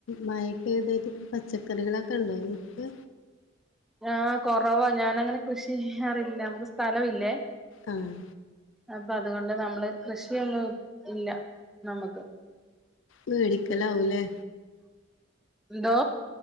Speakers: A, on the left (about 85°); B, in the centre.
A: മയേക്ക ഇതായിട്ട് ഇപ്പ പച്ചക്കറികളൊക്കെ ഉണ്ടോ നിങ്ങക്ക്
B: ആഹ് കൊറവാ ഞാനങ്ങനെ കൃഷി ചെയ്യാറില്ല ഞങ്ങക്ക് സ്ഥലവില്ലേ
A: ആഹ്
B: അപ്പൊ അതുകൊണ്ട് നമ്മള് കൃഷിയൊന്നും ഇല്ല നമുക്ക്
A: മേടിക്കലാവൂല്ലേ
B: എന്തോ